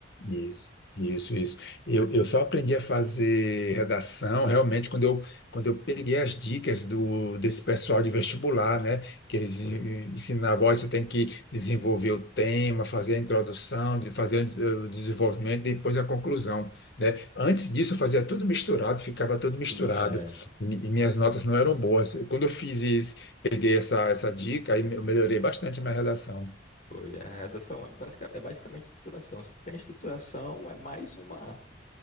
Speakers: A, on the left; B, on the left.
A: Isso, isso, isso. Eu, eu só aprendi a fazer redação realmente quando eu, quando eu peguei as dicas do, desse pessoal de vestibular, né? Que eles
B: Foi.
A: en- ensinavam, ó, você tem que desenvolver o tema, fazer a introdução, de fazer o des- o desenvolvimento e depois a conclusão, né? Antes disso, eu fazia tudo misturado, ficava tudo misturado
B: Tudo, é,
A: e, mi- e minhas notas não eram boas. Quando eu fiz isso, peguei essa, essa dica, aí eu melhorei bastante a minha redação.
B: foi. É, A redação é, basica- é basicamente estruturação. Se tu tem estruturação, é mais uma,